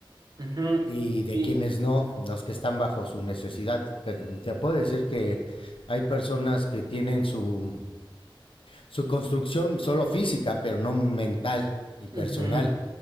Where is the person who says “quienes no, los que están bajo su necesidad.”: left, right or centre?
Left